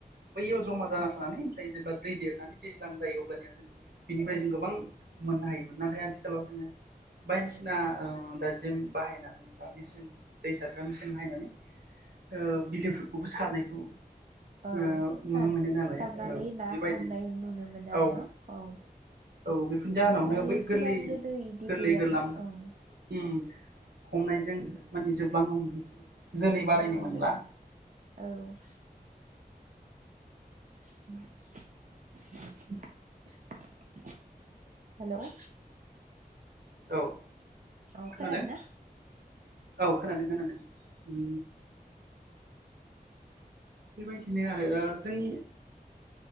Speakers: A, on the right; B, on the right.
A: बैयाव जमा जाना थानानै ओमफ्राय जेब्ला दै देरनानै दैज्लां जायो अब्लानिया जोङो बिनिफ्राय
B: औ
A: जों गो मोननो हायोमोन नाथाय आथिखालाव जोङो बायदिसिना ओ दाजेम बाहायनानै बा मेचन दै सारग्रा मेसिन बाहायनानै ओ बिलोफोरखौबो सारनायखौ
B: औ
A: ओ
B: सार-सारनानै
A: नुनो मोनो नालाय औ
B: ना
A: बेबायदिनो
B: हमनाय नुनो मोनो
A: औ
B: आरो न औ।
A: औ बेफोरनि जाहोनावनो
B: माने
A: बै
B: सिगां
A: गोरलै
B: गोदो इदि
A: गोरलै
B: गैयामोन
A: गोरलाम
B: ओं
A: ओम हमनायजों माने जोब। बांनो हमदोंसै। जोलै बारायनो
B: औ
A: मोनला
B: <unintelligible> औ। <inaudible> हेलौ।
A: औ
B: औ
A: खोनादों
B: ना
A: औ खोनादों खोनादों उम। बेबायदिनो आरो ओ जोंनि।